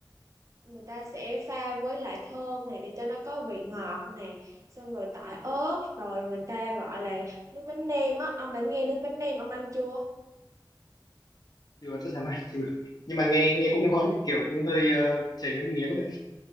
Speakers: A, on the right; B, on the left.
A: người ta sẽ pha với lại thơm này để cho nó có vị ngọt nè xong rồi tỏi ớt rồi người ta gọi là nước mắm nêm á ông đã nghe nước mắm nêm ông ăn chưa
B: Chưa chắc chắn này chưa. Nhưng mà nghe nghe cũng ngon kiểu cũng hơi ờ, chảy nước miếng đấy.